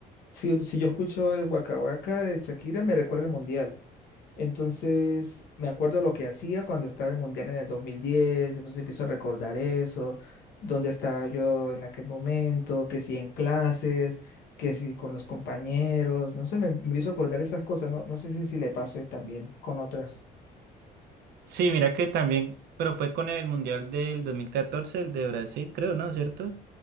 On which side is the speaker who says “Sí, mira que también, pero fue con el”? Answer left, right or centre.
Right